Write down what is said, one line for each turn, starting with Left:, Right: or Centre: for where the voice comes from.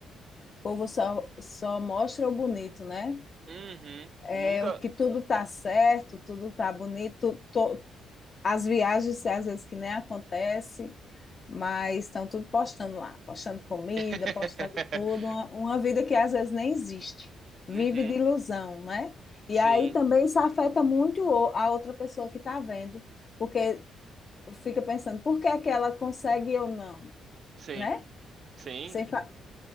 Left: O povo só, só mostra o bonito, né?
Right: Uhum,
Left: É
Right: nunca.
Left: o que tudo tá certo, tudo tá bonito, to- as viagens às vezes que nem acontece, mas estão tudo postando lá, postando comida,
Right: <laughs>
Left: postando tudo, uma, uma vida que às vezes nem existe, vive
Right: Uhum,
Left: de ilusão, né?
Right: sim,
Left: E aí também isso afeta muito o- a outra pessoa que está vendo, porque fica pensando, por que é que ela consegue e eu não,
Right: sim,
Left: né?
Right: sim.
Left: Sem fa-